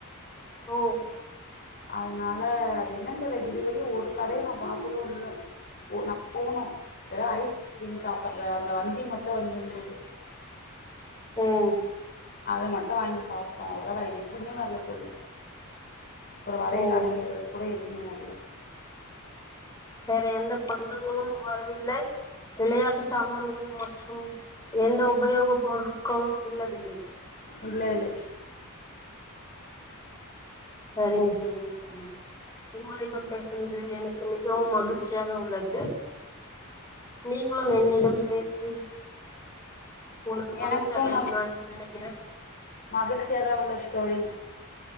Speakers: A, on the left; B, on the left.
A: ஓ.
B: அதனால அது என்னன்ன தெர்ல இதுவரையும் ஒரு கடைய நான் பார்த்ததும் இல்ல நான் போனோம் வேற ஐஸ்கிரீம் சாப்பிடுற அந்த வண்டி மட்டும் வந்திருந்தது.
A: ஓ.
B: அதை மட்டும் வாங்கி சாப்பிட்டோம். அவ்வளதான் வேற ஏதுவுமே வர்ல தோழி ஒரு அலையில
A: ஓ
B: அணங்கது கூட எது. ஏன் வர்ல.
A: வேற எந்த பண்டங்களும் வரவில்லை. விளையாட்டு சாமான்கள் மொ. ஹம் எந்த உபயோகப் பொருட்களும் இல்லவில்லை.
B: இல்லவில்லை.
A: செரிங்க செரிங்க தோழி உங்களிடம் பேசுனது எனக்கு மிகவும் மகிழ்ச்சியாக உள்ளது நீங்களும் என்னிடம் பேசி. உங்களுக்கு மகிழ்ச்சி
B: எனக்கும்
A: அடையணும் நான் நினைக்கிறேன்
B: மகிழ்ச்சியாதான் உள்ளது தோழி.